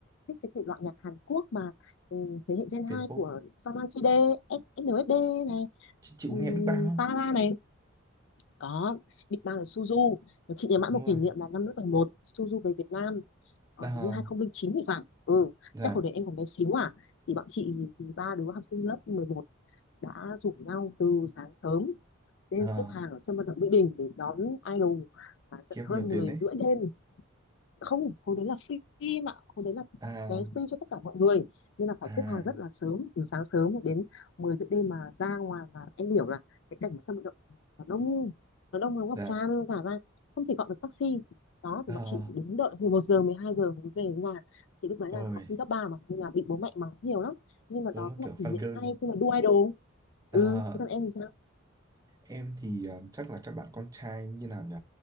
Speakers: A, on the left; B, on the right.
A: thích cái thể loại nhạc Hàn Quốc mà ừ, thế hệ Gen
B: K-pop
A: 2 của SNSD, SNSD này
B: chị, chị
A: um,
B: có nghe Big Bang không
A: Tara này có Big Bang là Suzu Mà chị nhớ mãi
B: đúng
A: một
B: rồi
A: kỷ niệm là năm lớp 11 Suzu về Việt Nam ờ,
B: à,
A: hình như 2009 thì phải ừ
B: dạ
A: chắc hồi đấy em còn bé xíu à thì bọn chị thì ba đứa học sinh lớp 11 đã rủ nhau từ sáng sớm lên
B: à,
A: xếp hàng ở sân vận động Mỹ Đình để đón idol và tận
B: khiếp
A: hơn
B: nhiều
A: 10
B: tiền đấy
A: rưỡi đêm không hồi đấy là free mà hồi đấy là
B: à
A: vé free cho tất cả mọi người nên là phải
B: à
A: xếp hàng rất là sớm từ sáng sớm đến 10 giờ đêm mà ra ngoài là em hiểu là cái cảnh mà sân vận động nó đông nó đông nó ngập
B: dạ
A: tràn cả ra không thể gọi được taxi đó
B: à,
A: thì bọn chị phải đứng đợi từ một giờ 12 giờ mới về đến nhà thì lúc đấy
B: rồi
A: là học sinh cấp 3 mà nên là bị bố mẹ mắng nhiều lắm nhưng mà
B: đúng
A: đó
B: là
A: cũng
B: kiểu
A: là kỷ
B: fan
A: niệm
B: girl
A: hay khi mà đu idol ừ
B: à,
A: thế còn em thì sao
B: Em thì ờ, chắc là các bạn con trai như nào nhỉ?